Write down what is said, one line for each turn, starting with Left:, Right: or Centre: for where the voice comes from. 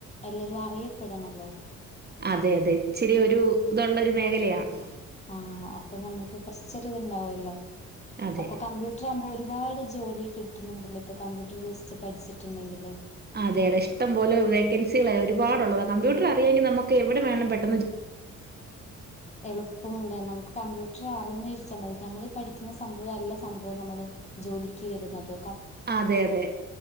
Left: എല്ലാവരും അറിയപ്പെടണമല്ലോ
Right: അതെ അതെ ഇച്ചിരി ഒരു ഇതൊള്ളൊരു മേഖലയാണ്
Left: ആഹ് അപ്പൊ നമ്മുക്ക് കുറച്ചൊരു ഇത് ഉണ്ടാവുമല്ലോ
Right: അതെ
Left: അപ്പൊ കമ്പ്യൂട്ടർ ആവുമ്പോ ഒരു ഒരുപാട് ജോലി കിട്ടുന്നുണ്ടല്ലോ ഇപ്പ കമ്പ്യൂട്ടർ ജസ്റ്റ് പഠിച്ചിട്ടുണ്ടെങ്കില്.
Right: അതെ അതെ ഇഷ്ടം പോലെ വേക്കൻസികളെ ഒരുപാടുള്ളത കമ്പ്യൂട്ടർ അറിയാങ്കിൽ നമുക്ക് എവിടെ വേണങ്കിലും പഠി
Left: എളുപ്പമുണ്ട് നമുക്ക് കമ്പ്യൂട് അറിഞ്ഞരിച്ചാൽ മതി നമ്മൾ പഠിക്കുന്ന സംഭവം അല്ല സംഭവം നമ്മള് ജോലിക്ക് വരുന്നത്.
Right: അതെ അതെ